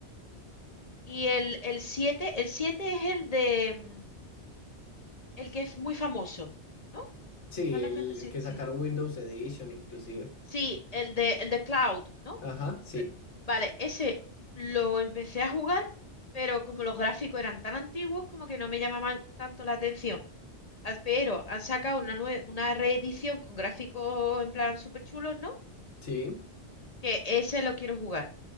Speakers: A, on the left; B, on the left.
A: y el, el siete el siete es el de mm, el que es muy famoso, ¿no?
B: Sí,
A: Final
B: el,
A: Fantasy
B: el que
A: siete
B: sacaron Windows Edition inclusive.
A: Sí, el de, el de Cloud, ¿no?
B: Ajá, sí,
A: Eh, Vale, ese lo empecé a jugar, pero como los gráficos eran tan antiguos, como que no me llamaban tanto la atención. Ah, Pero han sacado una, nue- una reedición con gráficos en plan súper chulos, ¿no?
B: sí.
A: Que ese lo quiero jugar.